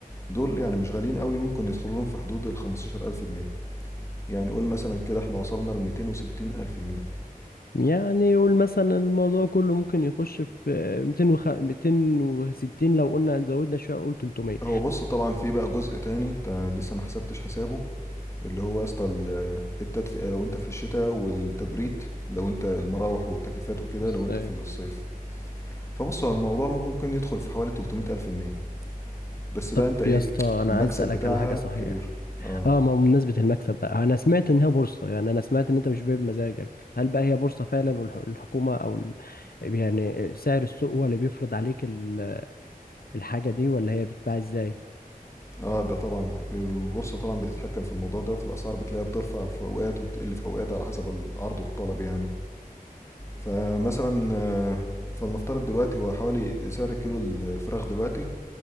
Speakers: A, on the left; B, on the left.
A: دول يعني مش غاليين قوي ممكن يدخلوا لهم في حدود ال 15000 ألف جنيه يعني قول مثلا كده احنا وصلنا ل 260 ألف جنيه
B: يعني يقول مثلا الموضوع كله ممكن يخش في 200 وخ... 260 لو قلنا زودنا شويه قول 300
A: هو بص طبعا في بقى جزء تاني انت لسه ما حسبتش حسابه اللي هو يا اسطى ال- التدفئة لو انت في الشتاء والتبريد لو انت المراوح والتكييفات وكده
B: ازاي
A: لو انت في الصيف فبص هو الموضوع ممكن ممكن يدخل في حوالي 300 ألف جنيه بس
B: طب
A: بقى انت ايه
B: يا اسطى انا
A: المكسب
B: عايز اسالك
A: بتاعها
B: على حاجه صحيح
A: كبير اه
B: اه ما هو بمناسبة المكسب بقى انا سمعت ان هي بورصة يعني انا سمعت ان انت مش بيع بمزاجك هل بقى هي بورصة فعلا والحكومة او ال... يعني سعر السوق هو اللي بيفرض عليك ال- الحاجة دي ولا هي بتتباع ازاي
A: اه ده طبعا البورصة طبعا بتتحكم في الموضوع ده في الأسعار بتلاقيها بترفع في أوقات وتقل في أوقات على حسب العرض والطلب يعني فمثلا آه، فلنفترض دلوقتي هو حوالي سعر كيلو الفراخ دلوقتي